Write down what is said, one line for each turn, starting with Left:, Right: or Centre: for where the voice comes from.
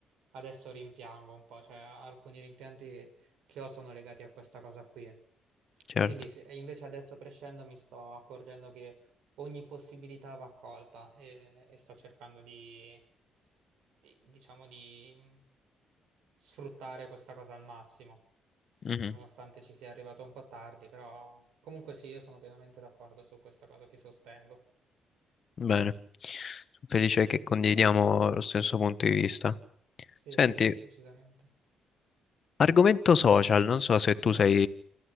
Right: adesso rimpiango un po', cioè alcuni rimpianti che ho sono legati a questa cosa qui.
Left: certo.
Right: Quindi se- e invece adesso crescendo mi sto accorgendo che ogni possibilità va accolta e, e sto cercando di, di- diciamo, di mh, sfruttare questa cosa al massimo,
Left: Mhm.
Right: nonostante ci sia arrivato un po' tardi, però comunque sì, io sono pienamente d'accordo su questa cosa, ti sostengo.
Left: Bene, sono felice che condividiamo lo stesso punto di vista.
Right: Sì,
Left: Senti,
Right: sì, sì, decisamente.
Left: argomento social, non so se tu sei